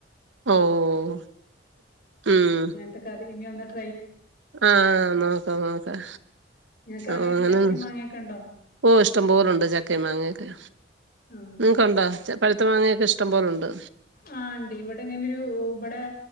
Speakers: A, on the right; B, on the left.
A: ഓഹ് ഉം
B: ക്കറി <unintelligible>
A: ആഹ് നോക്കാം നോക്കാം
B: നിങ്ങൾക്ക് അവിടെ
A: അങ്ങനെന്ന
B: ഇങ്ങനെ ചക്കയും മാങ്ങയൊക്കെ ഉണ്ടോ
A: ഓഹ് ഇഷ്ടം പോലണ്ട് ചക്ക മാങ്ങൊക്കെ
B: ആഹ്
A: നിങ്ങക്കണ്ടോ ച പഴുത്ത മാങ്ങയൊക്കെ ഇഷ്ടം പോലെ ഉണ്ട്
B: ആഹ് ഇണ്ട് ഇവിടെ ഇങ്ങനെ ഒരു ഇവിടെ